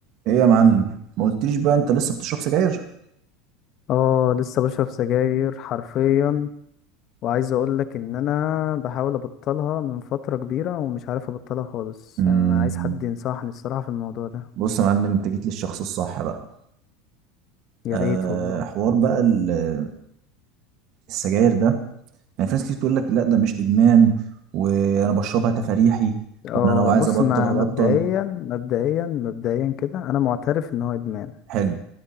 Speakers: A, on the right; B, on the left.
A: ايه يا معلم ما قلتليش بقى انت لسه بتشرب سجاير
B: اه لسه بشرب سجاير حرفيا وعايز اقول لك ان انا بحاول ابطلها من فترة كبيرة ومش عارف ابطلها خالص
A: مم.
B: يعني انا عايز حد ينصحني الصراحة في الموضوع ده
A: بص يا معلم انت جيت للشخص الصح بقى
B: يا
A: أه
B: ريت والله
A: حوار بقى ال- السجاير ده يعني في ناس كتير تقول لك لا ده مش ادمان وانا بشربها تفريحي
B: اه
A: وانا لو عايز
B: بص
A: ابطل
B: ما
A: هبطل
B: مبدئيا مبدئيا مبدئيا كده انا معترف ان هو ادمان
A: حلو